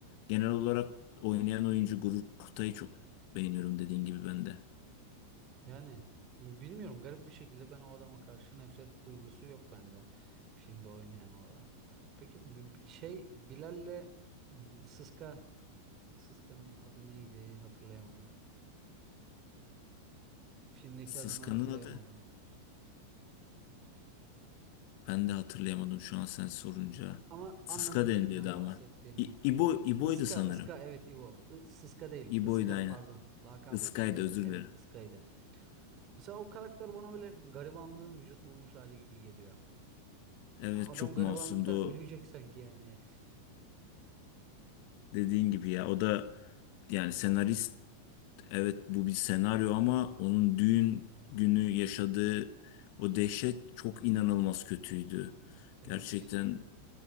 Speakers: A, on the left; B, on the right.
A: Genel olarak oynayan oyuncu Gurur Kutay'ı çok beğeniyorum dediğin gibi ben de.
B: Yani e, bilmiyorum garip bir şekilde ben o adama karşı nefret duygusu yok bende filmde oynayan olarak. Peki bi- bi- şey Bilal'le hmm, Sıska Sıska'nın adı neydi hatırlayamadım. Filmdeki
A: Sıska'nın
B: adını hatırlayamadım.
A: adı ben de hatırlayamadım şu an sen sorunca.
B: Ama
A: Sıska
B: anladın
A: deniliyordu
B: kimden
A: ama.
B: bahsettiğimi.
A: İ- İbo, İbo'ydu
B: Iska,
A: sanırım.
B: Iska evet İvo. I- Sıska değil,
A: İbo'ydu
B: Iska
A: aynen.
B: pardon. Lakabı
A: Iskay'dı
B: Iska'ydı.
A: özür
B: Evet,
A: dilerim.
B: Iska'ydı. Mesela o karakter bana böyle garibanlığın vücut bulmuş hali gibi geliyor.
A: Evet
B: Ha, Adam
A: çok
B: garibanlıktan
A: masumdu
B: ölecek
A: o.
B: sanki yani.
A: Dediğin gibi ya o da yani senarist evet bu bir senaryo ama onun düğün günü yaşadığı o dehşet
B: Çok.
A: çok inanılmaz kötüydü.
B: Evet.
A: Gerçekten